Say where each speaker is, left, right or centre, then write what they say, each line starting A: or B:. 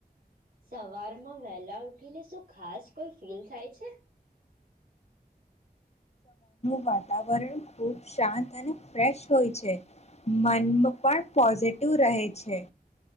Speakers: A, on the right; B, on the left.
A: સવારમાં વેલા ઉઠીને શું ખાસ કોઈ ફીલ થાય છે.
B: વાતાવરણ ખૂબ શાંત અને ફેશ હોય છે મન પણ પોઝિટિવ રહે છે.